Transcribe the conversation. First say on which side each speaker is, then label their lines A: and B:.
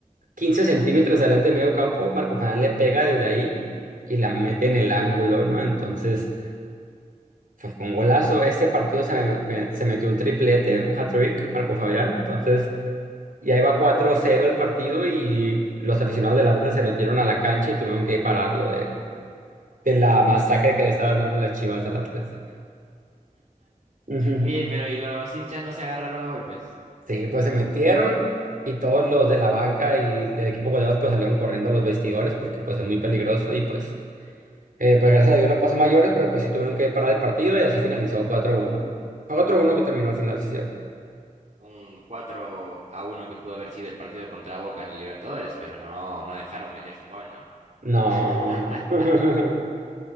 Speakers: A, on the right; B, on the right.
A: 15 centímetros adelante de medio campo, Marco Fernández le pega desde ahí y la mete en el ángulo, ¿no? Entonces pues fue un golazo. Este partido se, me- se metió un triplete, un hat-trick, Marco Fabián. Entonces... Y ahí va cuatro cero el partido y los aficionados del Atlas se metieron a la cancha y tuvieron que pararlo. de de la masacre que le estaban dando las Chivas al Atlas. Ujú.
B: Oye, pero ¿y los hinchas no se agarraron a golpes?
A: Sí, pues se metieron y todos los de la banca y del equipo goleados pues salieron corriendo a los vestidores porque pues es muy peligroso y pues, eh, pues gracias a Dios no pasó a mayores, pero pues sí tuvieron que parar el partido y así finalizó cuatro uno Fue cuatro uno que terminó al final, sí, es cierto.
B: Un cuatro a uno que pudo haber sido el partido contra Boca en el Libertadores, pero no, no dejaron meterse un gol, ¿no? <laughs>
A: No, no. <laughs>